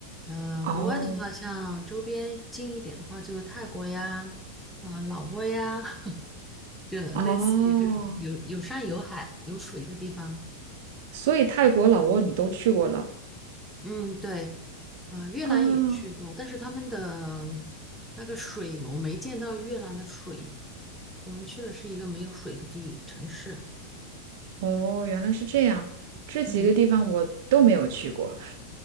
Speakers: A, in the centre; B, on the right.
A: 嗯、
B: 哦
A: 国外的话像周边近一点的话就泰国呀，啊、老挝呀，<laughs> 就类似于这种有有山有海有水的地方。
B: 哦，所以泰国、老挝你都去过了
A: 嗯，对，呃，越南也去过，
B: 啊？
A: 但是他们的那个水我没见到越南的水，我们去的是一个没有水的地城市。
B: 哦，原来是这样，这几个地方我都没有去过。
A: 嗯，